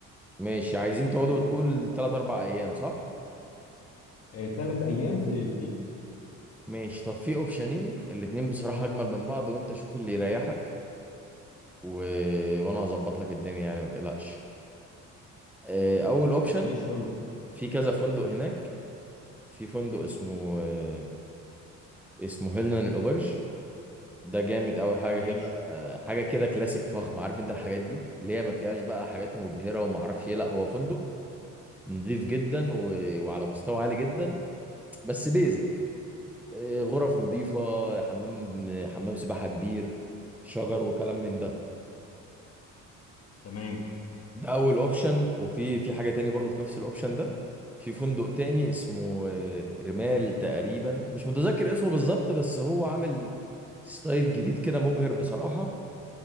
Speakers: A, in the centre; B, on the left.
A: ماشي عايزين تقعدوا تقول تلات أربع أيام صح؟
B: آه ثلاث ايام بليلتين
A: ماشي طب في أوبشنين الاتنين بصراحة أجمل من بعض وأنت شوف اللي يريحك و... وأنا هظبط لك الدنيا يعني ما تقلقش آه، أول أوبشن
B: ماشي قول
A: في كذا فندق هناك في فندق اسمه آه، اسمه هيلنان الأوبرج ده جامد قوي حاجه
B: ماشي
A: كده حاجه كده كلاسيك فخم عارف انت الحاجات دي اللي هي ما فيهاش بقى حاجات مبهره وما اعرفش ايه لا هو فندق نظيف جدا و... وعلى مستوى عالي جدا بس بيزك إيه، غرف نظيفه حمام حمام سباحه كبير شجر وكلام من ده
B: تمام
A: ده اول اوبشن وفي في حاجه تاني برضه في نفس الاوبشن ده في فندق تاني اسمه آه، رمال تقريبا مش متذكر اسمه بالظبط بس هو عامل ستايل جديد كده مبهر بصراحه